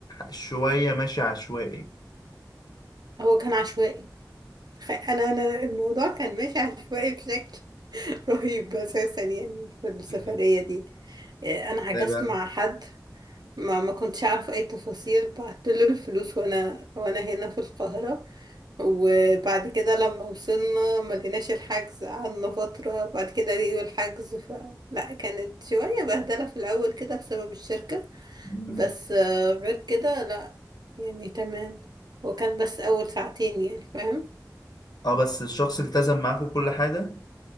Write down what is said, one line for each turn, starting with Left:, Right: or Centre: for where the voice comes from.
Left: شويه ماشي عشوائي
Right: هو كان عشوائي خ- انا انا الموضوع كان ماشي عشوائي بشكل <laughs> رهيب اساسا يعني في السفرية
Left: مم.
Right: دي آه، انا حجزت
Left: ازاي بقى
Right: مع حد ما ما كنتش اعرف اي تفاصيل بعت له الفلوس وانا وانا هنا في القاهرة وبعد كده لما وصلنا ما لقيناش الحجز قعدنا فترة بعد كده لقيوا الحجز ف... لا كانت شوية بهدلة في الأول كده بسبب الشركة
Left: مم.
Right: بس آه، غير كده لا يعني تمام وكان بس أول ساعتين يعني فاهم
Left: اه بس الشخص التزم معاكم بكل حاجه